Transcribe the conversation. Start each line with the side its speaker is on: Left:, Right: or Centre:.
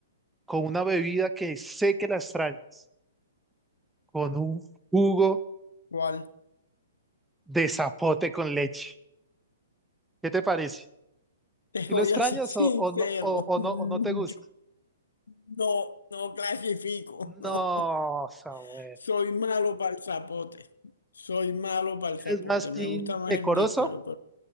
Centre: Con una bebida que sé que la extrañas, con un jugo
Left: cuál.
Centre: de zapote con leche. ¿Qué te parece?
Left: <laughs> Te
Centre: ¿Si
Left: voy
Centre: lo extrañas
Left: a ser sincero,
Centre: o, o no, o, o
Left: <laughs> yo
Centre: no, o no te gusta?
Left: no, no clasifico, <laughs> no.
Centre: No, Samuel.
Left: Soy malo para el zapote. Soy malo para el zapote.
Centre: ¿Eres más team
Left: Me gusta más
Centre: de
Left: el
Centre: corozo?
Left: níspero, pero